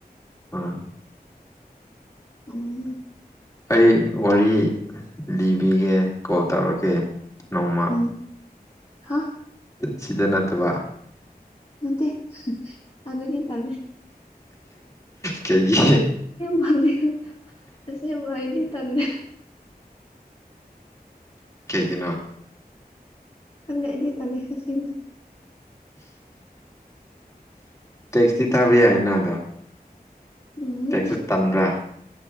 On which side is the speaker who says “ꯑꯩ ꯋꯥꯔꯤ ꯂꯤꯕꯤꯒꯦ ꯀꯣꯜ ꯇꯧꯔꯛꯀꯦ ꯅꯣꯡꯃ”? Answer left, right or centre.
Left